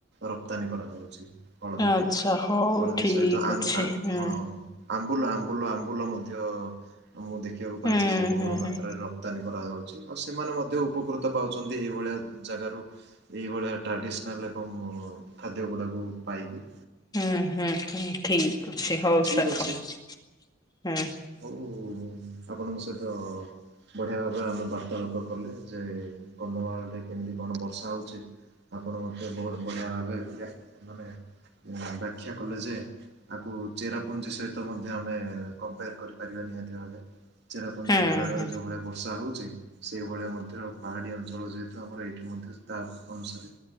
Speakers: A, on the right; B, on the left.
A: ରପ୍ତାନୀ କରାଯାଉଛି ହଳଦୀଟି।
B: ଆଚ୍ଛା ହଉ
A: ହଳଦୀ
B: ଠିକ
A: ସହିତ <unintelligible>
B: ଅଛି ହୁଁ
A: ହଁ ଆମ୍ବୁଲ ଆମ୍ବୁଲ ଆମ୍ବୁଲ ମଧ୍ୟ ମୁଁ ଦେଖିବାକୁ
B: ହୁଁ
A: ପାଇଛି ଯେ ବହୁଳ
B: ହୁଁ ହୁଁ।
A: ମାତ୍ରାରେ ରକ୍ ରୁପ୍ତାନୀ କରାଯାଉଛି ଆଉ ସେମାନେ ମଧ୍ୟ ଉପକୃତ ପାଉଛନ୍ତି ଏଇଭଳିଆ ଜାଗାରୁ ଏଇଭଳିଆ ଟ୍ରାଡିସନାଲ ଏବଂ ଖାଦ୍ୟ ଗୁଡ଼ାକୁ ପାଇକି।
B: ହୁଁ ହୁଁ ହୁଁ ଠିକ ଅଛି ହଉ
A: ଠିକ୍
B: ସାର୍
A: ଅଛି
B: ହଉ। ହୁଁ
A: ହଉ ଆପଣଙ୍କ ସହିତ ବଢିଆ ଭାରେ ଆମେ ବାର୍ତ୍ତାଳାପ କଲେ ଯେ କନ୍ଧମାଳରେ କେମିତି କଣ ବର୍ଷା ହଉଛି। ଆପଣ ମତେ ବହୁତ ବଢିଆ ଭାବେ ମାନେ ବ୍ୟାଖ୍ୟା କଲେ ଯେ ଆକୁ ଚେରା ପୁଞ୍ଜି ସହିତ ମଧ୍ୟ ଆମେ କମ୍ପେୟାର କରିପାରିବା ନିହାତି ଭାବେ ଚେରାପଞ୍ଜି
B: ହୁଁ
A: ମୋଘାଳୟର
B: ହୁଁ
A: ଯୋଉ ଭଳି ବର୍ଷା ହଉଛି ସେଇଭଳିଆ ମଧ୍ୟ ପାହାଡି ଅଞ୍ଚଳ ଯେହେତୁ ଆମର ଏଇଠି ମଧ୍ୟ ତା ଅ ଅନୁସାରେ